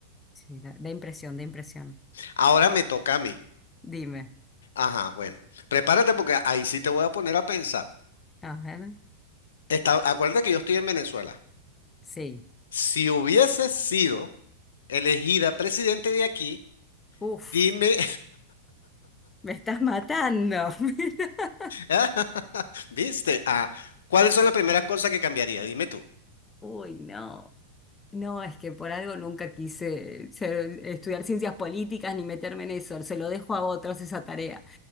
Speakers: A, on the left (about 20°); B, on the left (about 75°).
A: Sí, da, da impresión, da impresión.
B: Ahora me toca a mí.
A: Dime,
B: Ajá, bueno, prepárate porque ahí sí te voy a poner a pensar.
A: a ver.
B: Está, acuérdate que yo estoy en Venezuela.
A: Sí.
B: Si hubiese sido elegida presidente de aquí,
A: Uf,
B: dime,
A: me estás matando. <laughs>
B: <laughs> ¿viste? Ah, ¿cuáles son las primeras cosas que cambiaría? Dime tú.
A: Uy, no. No, es que por algo nunca quise ser- estudiar ciencias políticas ni meterme en eso. Se lo dejo a otros esa tarea.